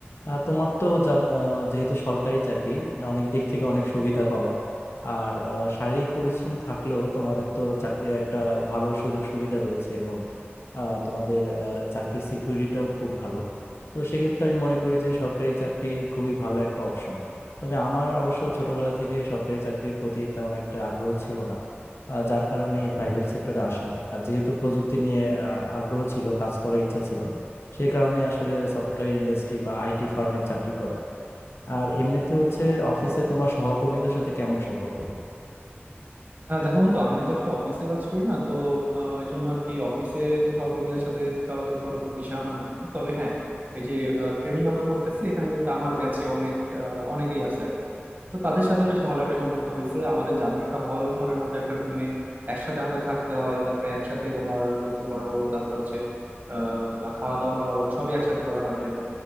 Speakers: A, on the left (about 70°); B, on the right (about 40°).
A: আর তোমার তো জানো আহ, যেহেতু সরকারি চাকরি না, অনেক দিক থেকে অনেক সুবিধা পাওয়া আর আহ, শারীরিক পরিশ্রম থাকলেও তোমাদের তো চাকরির একটা ভালো সুযোগ সুবিধা রয়েছে এবং আহ, তোমাদের আহ, চাকরির সিকিউরিটিটাও খুব ভালো তো সেক্ষেত্রে আমি মনে করি যে সরকারি চাকরি খুবই ভালো একটা অপশন তবে আমার অবশ্য ছোটবেলা থেকে সরকারি চাকরির প্রতি তেমন একটা আগ্রহ ছিল না আহ, যার কারণে এই প্রাইভেট সেক্টরে আসা আর যেহেতু প্রযুক্তি নিয়ে আহ, আগ্রহ ছিল কাজ করার ইচ্ছা ছিল সেই কারণে আসলে সফটওয়্যার ইন্ডাস্ট্রি বা আইটি ফার্মে চাকরি করা আর এমনিতে হচ্ছে অফিসে তোমার সহকর্মীদের সাথে কেমন সম্পর্ক
B: আহ দেখো বন্ধু আমি তো আসলে অফিসে কাজ করি না তো আহ, এই জন্য আর কি অফিসে যে সহকর্মীদের সাথে চলাচল করার কোনো বিষয় আমার নাই তবে হ্যাঁ এই যে ট্রেনিং আমরা করতেছি এখানে কিন্তু আমার ব্যাচে অনেক আহ, অনেকেই আছে আর কি তো তাদের সাথে বেশ ভালো একটা সম্পর্ক হয়েছে আমাদের জানো একটা হল ঘরের মতো একটা রুমে একসাথে আমাদের থাকতে হয় তারপরে একসাথে তোমার গোসল করা বলো তারপরে হচ্ছে আহ বা খাওয়া দাওয়া করা বলো সবই একসাথে করা হয় যেহেতু